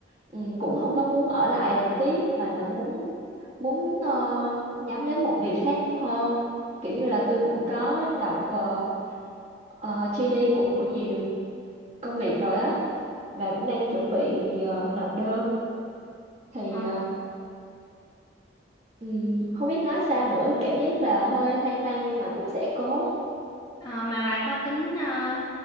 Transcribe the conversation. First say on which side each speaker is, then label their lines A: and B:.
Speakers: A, on the right; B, on the left.
A: ừ, cũng không có muốn ở lại làm tiếp mà là muốn muốn ờ, nhắm đến một việc khác hơn kiểu như là tôi cũng có đọc ờ, ờ, GD của, của nhiều công việc rồi á và cũng đang chuẩn bị ờ, nộp đơn thì
B: Ờ,
A: ờ, ừm, không biết nói sao nữa cảm giác là hơi hoang mang nhưng mà cũng sẽ cố
B: ờ, mà bà có tính ờ,